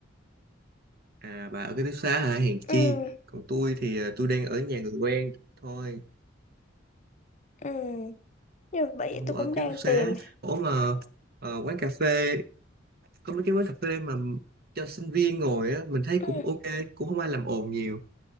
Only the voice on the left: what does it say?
Ừ,
ừ. Nhưng mà bởi vậy
tôi cũng
đang
tìm
Ừ,